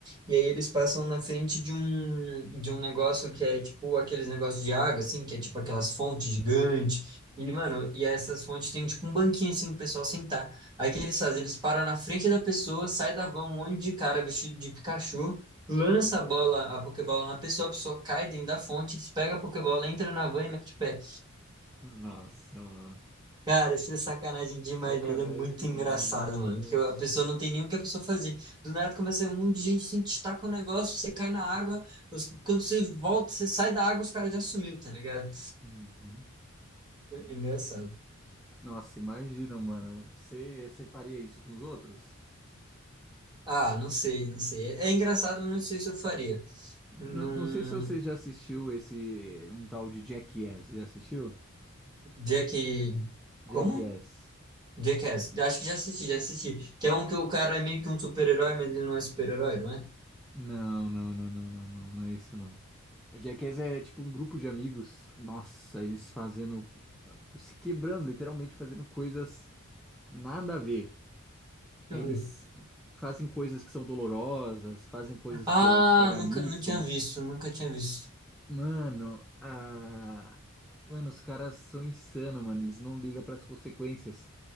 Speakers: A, on the right; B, in the centre.
A: E aí eles passam na frente de um de um negócio que é tipo aqueles negócios de água assim, que é tipo aquelas fontes gigantes. E, mano, e essas fontes tem tipo um banquinho assim pro pessoal sentar. Aí o que eles fazem? Eles param na frente da pessoa, sai da van um monte de cara vestido de Pikachu lança a bola, a Pokébola na pessoa, a pessoa cai dentro da fonte, pega a Pokébola, entra na van e mete o pé.
B: Nossa, mano.
A: Cara, isso é sacanagem demais,
B: Sacanagem
A: mas é muito
B: demais,
A: engraçado,
B: meu Deus.
A: mano. Porque a pessoa não tem nem o que a pessoa fazer. Do nada começa a sair um monte de gente, assim, te taca o um negócio, você cai na água, você- quando você volta, você sai da água, os caras já sumiu, tá ligado?
B: Uhum.
A: É é engraçado.
B: Nossa, imagina, mano. Você, você faria isso com os outros?
A: Ah, não sei, não sei. É é engraçado, mas não sei se eu faria.
B: Não,
A: Num...
B: não sei se você já assistiu esse um tal de Jackass. Já assistiu?
A: Jack.
B: Jackass.
A: Como? Jackass, acho que já assisti, já assisti. Que é um que o cara é meio que um super-herói, mas ele não é super-herói, não é? Deixa
B: Não, não, não, não, não, não, não é isso não. A Jackass é tipo um grupo de amigos, nossa, eles fazendo, se quebrando, literalmente fazendo coisas nada a ver.
A: eu
B: Eles
A: ver.
B: fazem coisas que são dolorosas, fazem coisas
A: Ah,
B: que é de pagar
A: nunca,
B: mico.
A: não tinha visto, nunca tinha visto.
B: Mano, a... mano, os caras são insanos, mano, eles não ligam para as consequências,